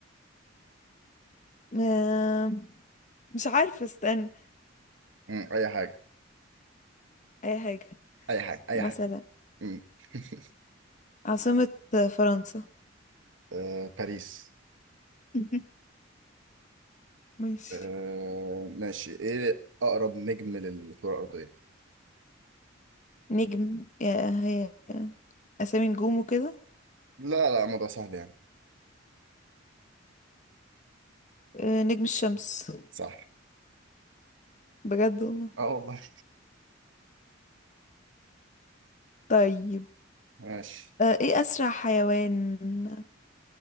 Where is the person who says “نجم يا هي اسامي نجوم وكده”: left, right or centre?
Left